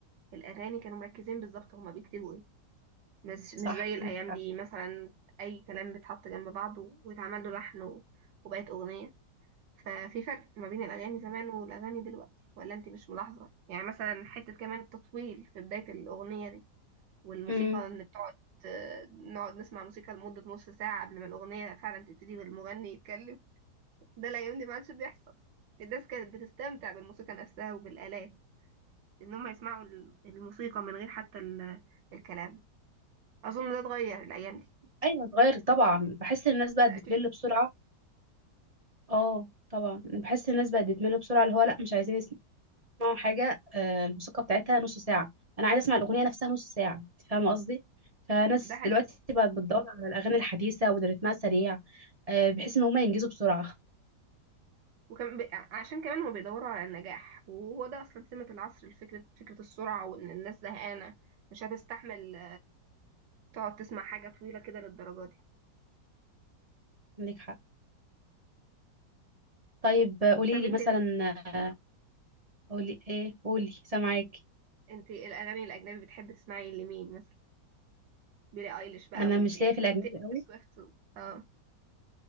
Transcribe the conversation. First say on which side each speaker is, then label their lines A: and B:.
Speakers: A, on the right; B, on the right.
A: الأغاني كانوا مركزين بالظبط هما بيكتبوا إيه مش مش
B: صح
A: زي الأيام
B: عندك حق
A: دي مثلا أي كلام بيتحط جنب بعضه ويتعمل له لحن و- وبقت أغنية ففي فرق ما بين الأغاني زمان والأغاني دلوقتي ولا أنت مش ملاحظة يعني مثلا حتة كمان التطويل في بداية الأغنية دي والموسيقى
B: امم
A: ان بتقعد نقعد نسمع موسيقى لمدة نص ساعة قبل ما الأغنية فعلا تبتدي والمغني يتكلم ده الأيام دي ما عادش بيحصل الناس كانت بتستمتع بالموسيقى نفسها وبالآلات إن هم يسمعوا ال- الموسيقى من غير حتى ال- الكلام أظن ده اتغير الأيام دي
B: ايوه اتغير طبعا بحس ان الناس
A: ده
B: بقت بتمل
A: أكيد
B: بسرعه اه طبعا بحس الناس بقت بتمل بسرعه اللي هو لا مش عايزين بسمعوا حاجة آه، الموسيقى بتاعتها نص ساعة أنا عايزة أسمع الأغنية نفسها نص ساعة أنت فاهمة قصدي؟ فناس
A: ده حقيقي
B: دلوقتي بقت بتدور على الأغاني الحديثة واللي رتمها سريع آه، بحيث إن هما ينجزوا بسرعة
A: وكم ب... عشان كمان هما بيدوروا على النجاح وهو ده أصلا سمة العصر الفكرة فكرة السرعة وإن الناس زهقانة مش هتستحمل تقعد تسمع حاجة طويلة كده للدرجة دي
B: عندك حق طيب آه، قولي
A: طب
B: لي
A: انت
B: مثلا
A: ليك
B: آه، قولي إيه قولي سامعاك
A: انت ايه الاغاني الاجنبي بتحبي تسمعي لمين مثلا بيلي ايليش بقى
B: أنا
A: و...
B: مش ليا في الأجنبي
A: وتيلر
B: قوي
A: سويفت و... اه